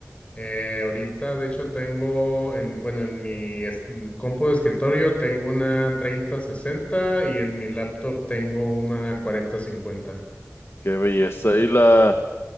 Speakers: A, on the left; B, on the left.
A: Eh, ahorita, de hecho, tengo en, bueno, en mi es- compu de escritorio tengo una treinta sesenta y en mi laptop tengo una cuarenta cincuenta
B: Qué belleza. ¿Y la